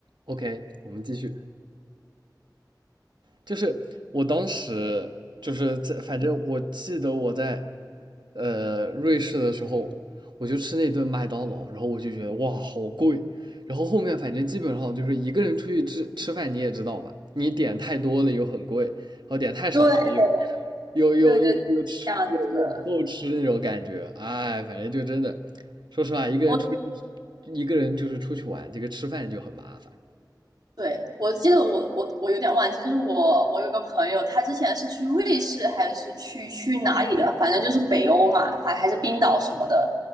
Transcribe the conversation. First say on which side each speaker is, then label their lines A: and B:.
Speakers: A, on the right; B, on the right.
A: OK，我们继续。就是我当时就是在，反正我记得我在呃瑞士的时候，我就吃那顿麦当劳，然后我就觉得哇好贵。然后后面反正基本上就是一个人出去吃吃饭，你也知道嘛，你点太多了又很贵，然后点太少了又
B: 对
A: 又又又又吃又又不够吃那种感觉。
B: 对对，这样子的。
A: 哎，反正就真的，说实话，一个人出去
B: 我
A: 一个人就是出去玩，这个吃饭就很麻烦。
B: 对我记得我我我有点忘记，就是我我有个朋友，他之前是去瑞士还是去去哪里的，反正就是北欧嘛，反还是冰岛什么的，